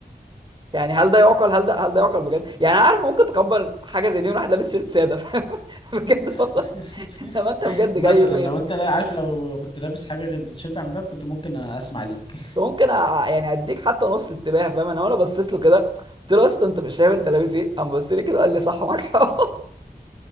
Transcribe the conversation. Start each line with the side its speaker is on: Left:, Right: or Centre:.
Right: يعني هل ده يعقل هل ده هل ده يعقل بجد يعني انا عارف ممكن تقبل حاجه زي دي من واحد لابس شيرت ساده فاهم <laughs> بجد والله
Left: <laughs>
Right: لما انت بجد
Left: مثلا
Right: جاي فين
Left: لو انت لا عارف لو كنت لابس حاجه غير التيشيرت عم ده كنت ممكن اسمع ليك <laughs>
Right: ممكن أ... يعني اديك حتى نص انتباه فاهم انا وانا بصيت له كده قلت له يا اسطى انت مش شايف انت لابس ايه قام بص لي كده قال لي صح معاك حق